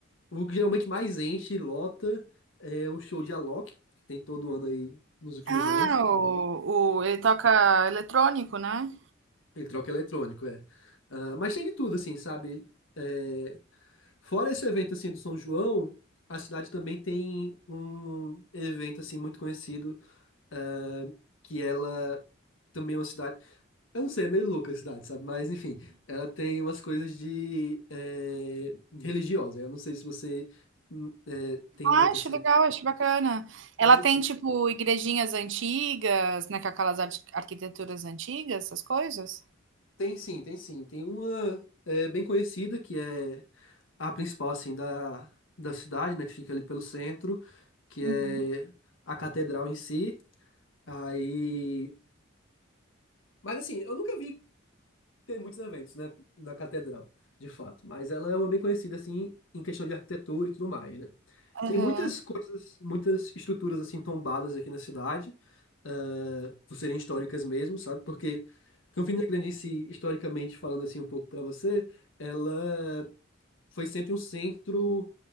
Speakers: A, on the left; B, on the right.
A: o que geralmente mais enche e lota é o show de Alok, que tem todo ano aí nos últimos
B: Ah,
A: anos.
B: o, o- ele toca eletrônico, né?
A: Ele troca eletrônico, é. Ah, mas tem de tudo, assim, sabe? É, fora esse evento, assim, do São João, a cidade também tem um evento, assim, muito conhecido, ah, que ela também é uma cidade... Eu não sei, é meio louca a cidade, sabe? Mas, enfim, ela tem umas coisas de... eh, religiosa. Eu não sei se você hum, eh, tem
B: Ah,
A: muito,
B: acho
A: assim...
B: legal, acho bacana.
A: Mas,
B: Ela
A: enfim...
B: tem, tipo, igrejinhas antigas, né? Com aquelas arqui- arquiteturas antigas, essas coisas?
A: Tem sim, tem sim. Tem uma é, bem conhecida, que é a principal, assim, da, da cidade, né? Que fica ali pelo centro, que
B: Uhum.
A: é a catedral em si. Aí... Mas, assim, eu nunca vi ter muitos eventos, né? Na catedral, de fato. Mas ela é uma bem conhecida, assim, em questão de arquitetura e tudo mais, né?
B: Aham.
A: Tem muitas coisas, muitas estruturas assim tombadas aqui na cidade, ah, por serem históricas mesmo, sabe? Porque Campina Grande em si, historicamente falando assim um pouco para você, ela foi sempre um centro